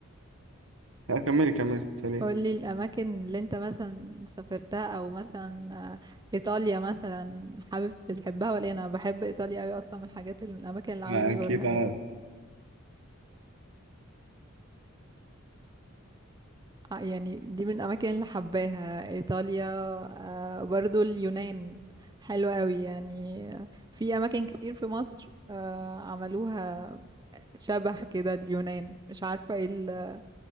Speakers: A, on the right (about 65°); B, on the right (about 20°).
A: لا كملي كملي سليم
B: قولي الأماكن اللي انت مثلا سافرتها أو مثلا آه، إيطاليا مثلا حابب بتحبها ولا إيه؟ أنا بحب إيطاليا أوي أصلا من الحاجات اللي من الأماكن اللي عاوزة
A: ما
B: أزورها
A: اكيد انا
B: أوي آه، يعني دي من الأماكن اللي حباها إيطاليا آه، برضو اليونان حلوة أوي يعني آه، في أماكن كتير في مصر آه، عملوها شبه كده اليونان مش عارفة ايه ال-